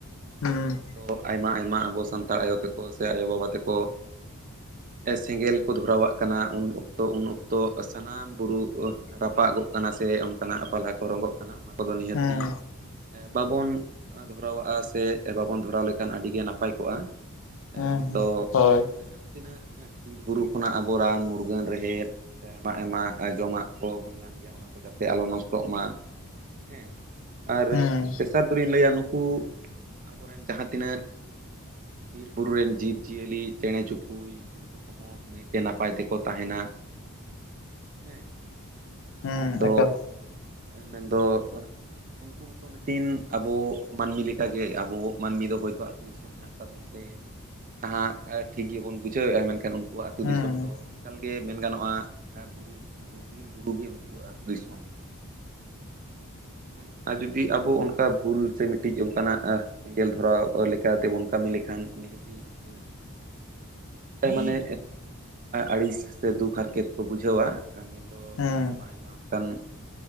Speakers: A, on the left; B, on the right.
A: ᱩᱸ ᱦᱩᱸ
B: ᱛᱚ ᱟᱭᱢᱟ ᱟᱭᱢᱟ ᱟᱵᱚ ᱥᱟᱱᱛᱟᱲ ᱟᱭᱳ ᱛᱮᱠᱚ ᱥᱮ ᱟᱭᱳ ᱵᱟᱵᱟ ᱛᱮᱠᱚ ᱮ ᱥᱮᱸᱜᱮᱞ ᱠᱚ ᱫᱷᱚᱨᱟᱣᱟᱜ ᱠᱟᱱᱟ ᱩᱱ ᱚᱠᱛᱚ ᱩᱱ ᱚᱠᱛᱚ ᱥᱟᱱᱟᱢ ᱵᱩᱨᱩ ᱨᱟᱯᱟᱜᱚᱜ ᱠᱟᱱᱟ ᱥᱮ ᱚᱱᱠᱟᱱᱟᱜ ᱯᱟᱞᱦᱟ ᱠᱚ ᱨᱚᱝᱜᱚᱜ ᱠᱟᱱᱟ ᱚᱱᱟ, ᱠᱚᱫᱚ ᱱᱤᱦᱟᱹᱛᱤ
A: ᱦᱩᱸ
B: ᱮ ᱵᱟᱵᱚᱱ ᱫᱷᱚᱨᱟᱣᱟᱜᱼᱟ ᱥᱮ ᱵᱟᱵᱚᱱ ᱫᱷᱚᱨᱟᱣ ᱞᱮᱠᱷᱟᱱ ᱟᱹᱰᱤ ᱜᱮ ᱱᱟᱯᱟᱭ ᱠᱚᱜᱼᱟ᱾
A: ᱦᱩᱸ
B: ᱢᱮᱱᱫᱚ
A: ᱦᱩᱸ ᱦᱳᱭ
B: ᱡᱟᱸᱦᱟ ᱛᱤᱱᱟᱹᱜ ᱵᱤᱨ ᱵᱩᱨᱩ ᱠᱷᱚᱱᱟᱜ ᱟᱵᱚ ᱨᱟᱱ ᱢᱩᱨᱜᱟᱹᱱ ᱨᱮᱦᱮᱫ ᱥᱮ ᱟᱭᱢᱟ ᱟᱭᱢᱟ ᱡᱚᱢᱟᱜ ᱠᱚᱵᱚᱱ ᱧᱟᱢ ᱜᱮᱭᱟ ᱚᱱᱟ ᱠᱚ ᱡᱟᱛᱮ ᱟᱞᱚ ᱱᱚᱥᱴᱚᱜ ᱢᱟ᱾ ᱦᱮᱸ ᱟᱨ
A: ᱦᱩᱸ
B: ᱛᱮᱥᱟᱨ ᱫᱚᱞᱤᱧ ᱞᱟᱹᱭᱟ ᱱᱩᱠᱩ ᱟᱵᱚᱨᱮᱱ ᱡᱟᱸᱦᱟ ᱛᱤᱱᱟᱹᱜᱼᱼ ᱵᱤᱨ ᱵᱩᱨᱩ ᱨᱮᱱ ᱡᱤᱵᱽᱡᱤᱭᱟᱹᱞᱤ ᱪᱮᱬᱮ ᱪᱩᱯᱩᱭ ᱩᱱᱠᱩ ᱠᱚᱦᱚ <inaudible> ᱱᱟᱹᱭᱛᱮ ᱱᱟᱯᱟᱭ ᱛᱮᱠᱚ ᱛᱟᱦᱮᱱᱟ᱾ ᱦᱮᱸ
A: ᱦᱮᱸ
B: ᱢᱮᱱᱫᱚ
A: ᱮᱠᱟᱞ
B: ᱢᱮᱱᱫᱚ ᱩᱱᱠᱩ ᱦᱚᱸᱛᱚ ᱢᱤᱫᱴᱤᱱ ᱟᱵᱚ ᱢᱟᱹᱱᱢᱤ ᱞᱮᱠᱟᱜᱮ ᱟᱵᱚ ᱢᱟᱹᱱᱢᱤ ᱫᱚ ᱦᱚᱭᱛᱚ ᱟᱹᱛᱩ ᱫᱤᱥᱚᱢ ᱢᱮᱱᱟᱜ ᱛᱟᱵᱚᱱ ᱛᱮ- ᱱᱟᱦᱟᱜ ᱴᱷᱤᱠ ᱜᱮᱵᱚᱱ ᱵᱩᱡᱷᱟᱹᱣᱮᱫᱼᱟ ᱢᱮᱱᱠᱷᱟᱱ ᱩᱱᱠᱩᱣᱟᱜ ᱟᱹᱛᱩ
A: ᱦᱩᱸ
B: ᱫᱤᱥᱚᱢ ᱫᱚ ᱮᱠᱟᱞᱜᱮ ᱢᱮᱱ ᱜᱟᱱᱚᱜᱼᱟ᱾ ᱵᱩᱨᱩ ᱵᱤᱨ ᱵᱩᱨᱩ ᱜᱮ ᱩᱱᱠᱩᱣᱟᱜ ᱟᱹᱛᱩ ᱫᱤᱥᱚᱢ ᱾ ᱦᱮᱸ ᱟᱨ ᱡᱩᱫᱤ ᱟᱵᱚ ᱚᱱᱠᱟ ᱵᱷᱩᱞ ᱥᱮ ᱠᱟᱹᱴᱤᱡ ᱚᱱᱠᱟᱱᱟᱜ ᱥᱮᱸᱜᱮᱞ ᱫᱷᱚᱨᱟᱣ ᱞᱮᱠᱟᱛᱮ ᱵᱚᱱ ᱠᱟᱹᱢᱤ ᱞᱮᱠᱷᱟᱱ ᱱᱤᱦᱟᱹᱛᱤ ᱩᱱᱠᱩ ᱢᱟᱱᱮ ᱟᱹᱲᱤᱥ ᱥᱮ ᱫᱩᱠ ᱦᱟᱨᱠᱮᱛ ᱠᱚ ᱵᱩᱡᱷᱟᱹᱣᱟ, ᱢᱮᱱ ᱫᱚ
A: ᱦᱩᱸ
B: ᱟᱭᱢᱟ ᱟᱭᱢᱟ ᱚᱱᱠᱟᱱ